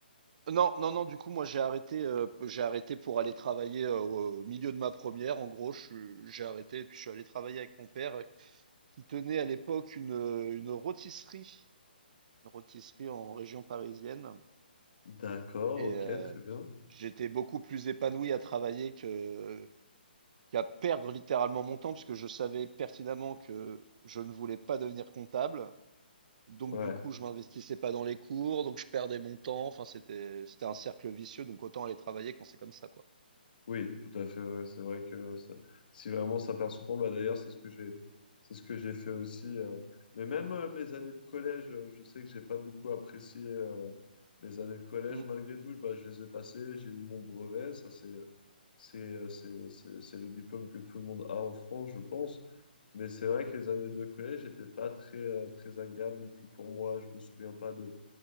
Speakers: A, on the right; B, on the left.
A: Non, non, non, du coup, moi, j'ai arrêté, euh, j'ai arrêté pour aller travailler euh, au au milieu de ma première. En gros, je suis- j'ai arrêté et puis je suis allé travailler avec mon père euh, qui tenait à l'époque une, euh, une rôtisserie, une rôtisserie en région parisienne.
B: D'accord,
A: Et
B: ok,
A: euh,
B: très bien.
A: j'étais beaucoup plus épanoui à travailler que, qu'à perdre littéralement mon temps parce que je savais pertinemment que je ne voulais pas devenir comptable. Donc,
B: Ouais.
A: du coup, je m'investissais pas dans les cours, donc je perdais mon temps. Enfin, c'était, c'était un cercle vicieux, donc autant aller travailler quand c'est comme ça, quoi.
B: Oui, tout à fait. ouais. C'est vrai que ça- si vraiment ça perd son temps, bah d'ailleurs, c'est ce que j'ai, c'est ce que j'ai fait aussi. euh. Mais même euh, mes années de collège, euh, je sais que j'ai pas beaucoup apprécié euh, mes années de collège
A: Mm.
B: malgré tout. Bah, je les ai passées, j'ai eu mon brevet. Ça, c'est, c'est, euh, c'est, c'est, c'est le diplôme que tout le monde a en France, je pense. Mais c'est vrai que les années de collège n'étaient pas très, euh, très agréables non plus pour moi. Je me souviens pas de